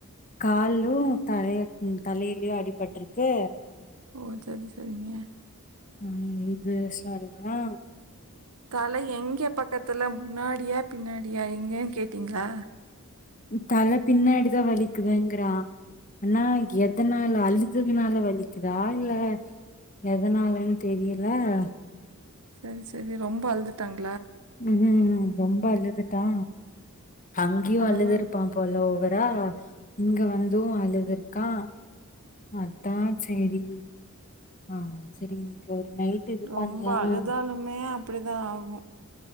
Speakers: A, on the left (about 35°); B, on the right (about 85°).
A: காலு தலைய ம் தலைலயு அடிபட்ருக்கு
B: ஓ சரி சரிங்க
A: அஹ் இது சாருதா
B: தல எங்கே பக்கத்துல முன்னாடியா பின்னாடியா எங்கேன் கேட்டீங்ளா
A: தல பின்னாடிதா வலிக்குதுங்றா ஆனா எதனால அழுதுதுனால வலிக்குதா இல்ல எதனாலனு தெரியல அ
B: சரி சரி ரொம்ப அழுதுட்டாங்
A: உம் ம் ரொம்ப அழுதுட்டா அங்யும்
B: அதெல்லாம்
A: அழுது இருப்பா போலோ <unintelligible> இங்க வந்து அழுதுருக்கா அத்தா சேரி ஆ சேரி இன்னைக்கு ஒரு நைட் இது
B: ரொம்ப
A: பண்லா
B: அழுதாலுமே அப்டிதா ஆகும்